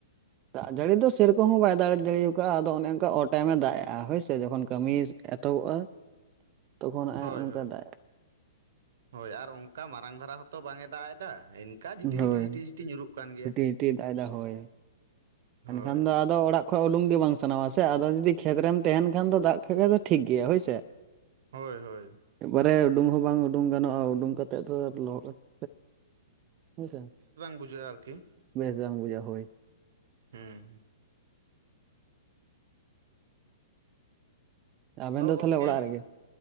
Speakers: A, on the right (about 30°); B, on the right (about 55°).
A: ᱫᱟᱜ ᱡᱟᱹᱲᱤ ᱫᱚ ᱥᱮᱨᱚᱠᱚᱢ ᱦᱚᱸ ᱵᱟᱭ ᱫᱟᱜ ᱡᱟᱲᱤ ᱠᱟᱫᱼᱟ ᱟᱫᱚ ᱚᱱᱮ <unintelligible> ᱚ ᱴᱟᱭᱤᱢ ᱮ ᱫᱟᱜ ᱮᱜ-ᱟ ᱦᱳᱭ ᱥᱮ ᱡᱚᱠᱷᱚᱱ ᱠᱟᱹᱢᱤ ᱮᱛᱚᱦᱚᱵᱚᱜ-ᱟ ᱛᱚᱠᱷᱚᱱ ᱱᱟᱜ
B: ᱦᱳᱭ
A: ᱮ ᱚᱝᱠᱟ
B: ᱦᱳᱭ
A: ᱫᱟᱜ ᱮᱜ-ᱟ
B: ᱦᱳᱭ ᱟᱨ ᱚᱱᱠᱟ ᱢᱟᱨᱟᱝ ᱫᱷᱟᱨᱟ ᱦᱚᱸᱛᱚ ᱵᱟᱝ ᱮ ᱫᱟᱜ ᱮᱫᱟ ᱡᱷᱤᱴᱤ
A: ᱦᱳᱭ
B: ᱡᱷᱤᱴᱤ ᱡᱷᱤᱴᱤ ᱡᱷᱤᱴᱤ ᱧᱩᱨᱩᱜ ᱠᱟᱱ ᱜᱮᱭᱟ᱾
A: ᱦᱤᱴᱤ ᱦᱤᱴᱤ ᱮᱫᱟ ᱦᱳᱭ
B: ᱦᱳᱭ
A: ᱮᱱᱠᱷᱟᱱ ᱫᱚ ᱟᱫᱚ ᱚᱲᱟᱜ <unintelligible> ᱩᱰᱩᱝ ᱜᱮᱵᱟᱝ ᱥᱟᱱᱟᱣᱟ ᱥᱮ ᱟᱫᱚ ᱡᱩᱫᱤ ᱠᱷᱮᱛᱨᱮᱢ ᱛᱟᱦᱮᱱ ᱠᱷᱟᱱ ᱫᱚ ᱫᱟᱜ ᱠᱷᱟᱡ ᱫᱚ ᱴᱷᱤᱠ ᱜᱮᱭᱟ ᱦᱳᱭ ᱥᱮ
B: ᱦᱳᱭ ᱦᱳᱭ
A: ᱮᱠᱵᱟᱨᱮ ᱩᱰᱩᱝ ᱦᱚᱸ ᱵᱟᱝ ᱩᱰᱩᱝ ᱜᱟᱱᱚᱜᱼᱟ ᱩᱰᱩᱝ ᱠᱟᱛᱮᱫ ᱫᱚ ᱞᱚᱦᱚᱫ <unintelligible> ᱦᱳᱭ ᱥᱮ
B: ᱵᱩᱡᱷᱟᱣᱼᱟ ᱟᱨᱠᱤ
A: ᱵᱮᱥ ᱵᱟᱝ ᱵᱩᱡᱟᱹᱜᱼᱟ ᱦᱳᱭ
B: ᱦᱩᱸ
A: ᱟᱵᱮᱱ
B: ᱛᱚ
A: ᱫᱚ
B: ᱜᱚᱝᱠᱮ
A: ᱛᱟᱦᱚᱞᱮ ᱚᱲᱟᱜ ᱨᱮᱜᱮ